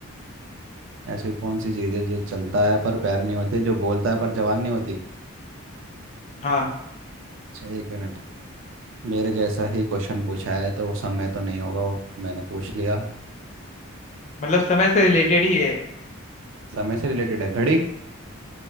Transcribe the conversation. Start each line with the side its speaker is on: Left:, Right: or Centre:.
Right: ऐसी कौन सी चीज़ है जो चलता है पर पैर नहीं होते जो बोलता है पर जबान नहीं होती
Left: हाँ
Right: अच्छा एक मिनट मेरे जैसा ही क्वेश्चन पूछा है तो समय तो नहीं होगा वो मैंने पूछ लिया
Left: मतलब समय से रिलेटेड ही है
Right: समय से रिलेटेड है घड़ी